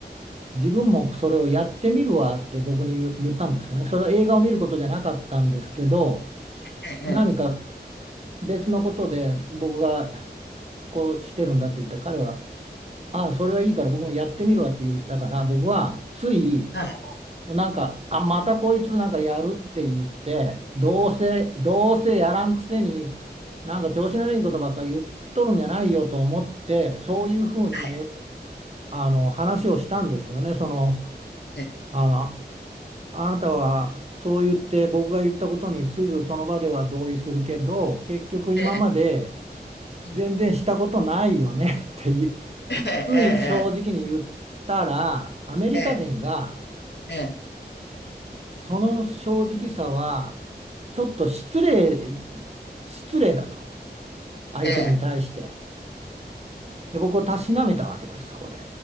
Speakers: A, on the right (about 35°); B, on the left (about 80°).
A: 自分もそれをやってみるわって僕に言う言ったんですよね。それは映画を見ることじゃなかったんですけど、
B: ええええ、
A: 何か別のことで僕がこうしてるんだって言ったら彼は、ああ、それはいいから僕もやってみるわって言ったから、僕はつい、
B: はい
A: もうなんか、あ、またこいつなんかやるって言って、どうせ、どうせやらんくせに、なんか調子のいいことばっかり言っとるんじゃないよと思って、そういうふうに、
B: はい、
A: あの、話をしたんですよね。その、
B: ええ、
A: あの、あなたはそう言って僕が言ったことにすぐその場では同意するけど結局今まで
B: ええ、うん。
A: 全然したことないよね <laughs> っていう
B: ええええ
A: つい正直に言ったらアメリカ人が
B: ええ、ええ、
A: その正直さはちょっと失礼失礼だと相手に対して
B: ええ、
A: で僕をたしなめたわけですそこで。